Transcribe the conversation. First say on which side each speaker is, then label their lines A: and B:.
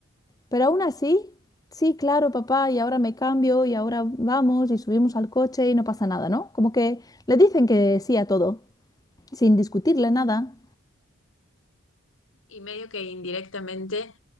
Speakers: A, on the left; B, on the left.
A: Pero aún así, sí, claro, papá, y ahora me cambio y ahora vamos y subimos al coche y no pasa nada, ¿no? Como que le dicen que sí a todo, sin discutirle nada.
B: Y medio que indirectamente